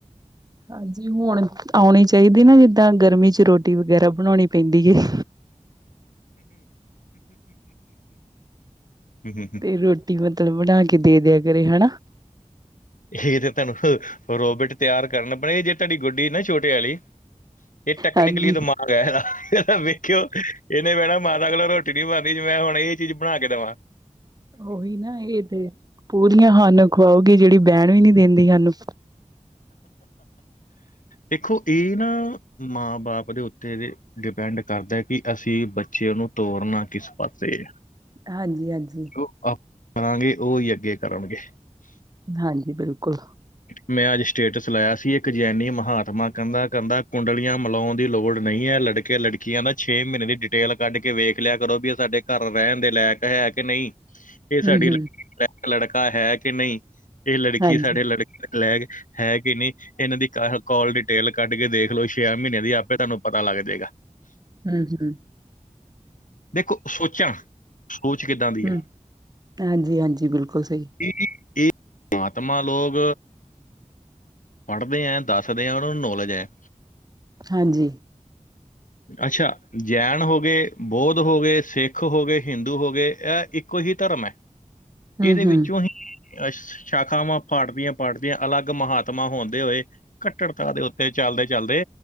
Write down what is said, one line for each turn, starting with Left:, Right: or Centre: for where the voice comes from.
Right: ਹਾਂਜੀ ਹੁਣ ਆਉਣੀ ਚਾਹੀਦੀ ਨਾ ਜਿੱਦਾਂ ਗਰਮੀ ਚ ਰੋਟੀ ਵਗੈਰਾ ਬਣਾਉਣੀ ਪੈਂਦੀ ਹੈ
Left: ਹਮ
Right: ਤੇ ਰੋਟੀ ਮਤਲਬ ਬਣਾ ਕੇ ਦੇ ਦਿਆ ਕਰੇ ਹੈਾ
Left: ਇਹ ਤੇ ਤੁਹਾਨੂੰ ਰੋਬਟ ਤਿਆਰ ਕਰਨਾ ਪਣੇ ਜੇ ਤੁਹਾਡੀ ਗੁੱਡੀ ਨਾ ਛੋਟੇ ਵਾਲੀ ਇਹ ਟੈਕਨਕਲੀ
Right: ਹਾਂਜੀ
Left: ਦਿਮਾ ਵਖਓ ਇਹਨੇ ਬੈਣਾ ਮਾਤਾ ਕੋਲੋਂ ਰੋਟੀ ਨੀ ਬਣਉਦੀ ਮੈਂ ਹੁਣ ਇਹ ਚੀਜ਼ ਬਣਾ ਕੇ ਦਵਾ।
Right: ਉਹੀ ਨਾ ਇਹ ਤੇ ਪੂਰੀਆ ਹਾਨ ਖਵਾਓਗੇ ਜਿਹੜੀ ਬਹਿਣ ਵੀ ਨੀ ਦਿੰਦੀ ਹਾਨੂੰ।
Left: ਦੇਖੋ ਇਹ ਨਾ ਮਾਂ ਬਾਪ ਦੇ ਉੱਤੇ ਦੇ ਡਿਪੈਂਡ ਕਰਦਾ ਕਿ ਅਸੀਂ ਬੱਚੇ ਉਹ ਨੂੰ ਤੋਰਨਾ ਕਿਸ ਪਾਸੇ
Right: ਹਾਂਜੀ-ਹਾਂਜੀ।
Left: ਜੋ ਆਪ ਕਰਾਂਗੇ ਉਹੀ ਅੱਗੇ ਕਰਨਗੇ।
Right: ਹਾਂਜੀ ਬਿਲਕੁਲ।
Left: ਮੈਂ ਅੱਜ ਸਟੇਟਸ ਲਾਇਆ ਸੀ ਇੱਕ ਜੈਨੀ ਮਹਾਤਮਾ ਕਹਿੰਦਾ, ਕਹਿੰਦਾ ਕੁੰਡਲੀਆਂ ਮਿਲਾਉਣ ਦੀ ਲੋੜ ਨਹੀਂ ਹੈ ਲੜ ਕਿ ਲੜਕੀਆਂ ਦਾ ਛੇ ਮਹੀਨੇ ਦੀ ਡਿਟੇਲ ਕੱਢ ਕੇ ਵੇਖ ਲਿਆ ਕਰੋ ਵੀ ਇਹ ਸਾਡੇ ਘਰ ਰਹਿਣ ਦੇ ਲਾਇਕ ਹੈ ਕਿ ਨਈ। ਇਹ ਸਾਡੀ
Right: ਹਮ ਹਮ
Left: ਲੜਕੀ ਦੇ ਲਾਇਕ ਲੜਕਾ ਹੈ ਕਿ ਨਹੀ। ਇਹ ਲੜਕੀ
Right: ਹਾਂਜੀ
Left: ਸਾਡੇ ਲੜਕੇ ਲੈਕ ਹੈ ਕਿ ਨਈ ਇਹਨਾਂ ਦੀ ਕੋਲ ਡਿਟੇਲ ਕੱਢ ਕੇ ਦੇਖ ਲਓ ਛੇ ਮਹੀਨੇ ਦੀ ਆਪੇ ਤੁਹਾਨੂੰ ਪਤਾ ਲੱਗ ਜੇਗਾ।
Right: ਹਮ-ਹਮ
Left: ਦੇਖੋ ਸੋਚਾ ਸੋਚ ਕਿੱਦਾਂ ਦੀ
Right: ਹੂੰ,
Left: ਆ।
Right: ਹਾਂਜੀ, ਹਾਂਜੀ ਬਿਲਕੁਲ ਸਹੀ
Left: ਇਹ <unintelligible> ਮਾਤਮਾ ਲੋਗ ਪੜ੍ਹਦੇ ਹੈ ਦੱਸਦੇ ਆ ਉਹਨਾਂ ਨੂੰ ਨੌਲੇਜ ਹੈ।
Right: ਹਾਂਜੀ
Left: ਅੱਛਾ ਜੈਨ ਹੋ ਗਏ ਬੋਧ ਹੋ ਗੇ, ਸਿੱਖ ਹੋ ਗੇ, ਹਿੰਦੂ ਹੋ ਗੇ ਇਹ ਇੱਕੋ ਹੀ ਧਰਮ ਹੈ। ਇਹਦੇ
Right: ਹੂੰ, ਹੂੰ,
Left: ਵਿੱਚੋਂ ਆਹੀ ਅ ਸ਼ਾਖਾਵਾਂ ਫੜਦੀਆਂ-ਫੜਦੀਆਂ ਅਲੱਗ ਮਹਾਤਮਾ ਹੁੰਦੇ ਹੋਏ ਕੱਟੜਤਾ ਦੇ ਉੱਤੇ ਚਲਦੇ-ਚਲਦੇ